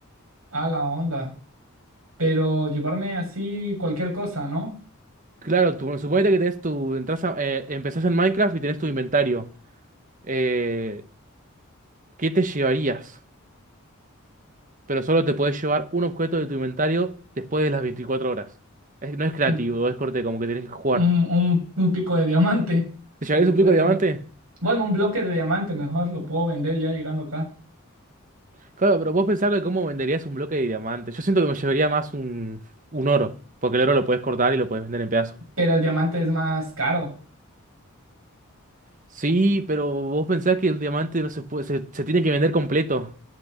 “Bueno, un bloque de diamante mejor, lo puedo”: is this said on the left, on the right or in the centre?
Right